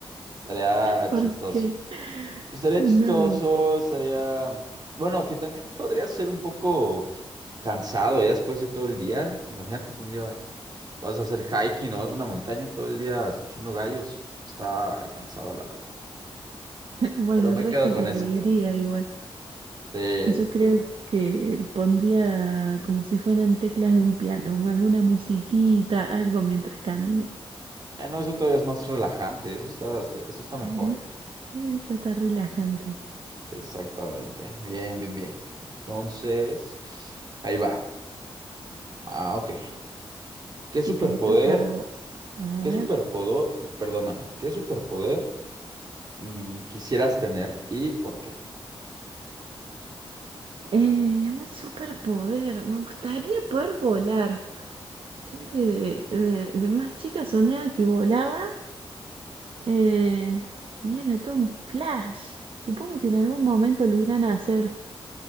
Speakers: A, on the right; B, on the right.
A: Estaría
B: porque
A: chistoso. Estaría
B: no.
A: chistoso, estaría... Bueno, que también podría ser un poco cansado ya después de todo el día. Imagínate que un día... Vas a hacer hiking o vas a una montaña todo el día escuchando gallos. Está cansado, la verdad.
B: Bueno,
A: Pero
B: el
A: me
B: resto
A: quedo con
B: se reiría
A: esa.
B: igual.
A: Sí.
B: Yo creo que pondría como si fueran teclas de un piano, un- alguna musiquita, algo mientras camino.
A: Ah, no, eso todavía es más relajante. Eso está, está- eso está mejor.
B: Es, eso está relajante, sí.
A: Exactamente. Bien, bien, bien. Entonces, ahí va. Ah, ok. ¿Qué superpoder?
B: Te toca a vos. A
A: ¿Qué
B: ver.
A: superpoder? Perdóname. ¿Qué superpoder mm, quisieras tener y por qué?
B: Eh, un superpoder. Me gustaría poder volar. Siempre de, de- de más chica soñaba que volaba eh, y era todo un flash. Supongo que en algún momento lo irán a hacer,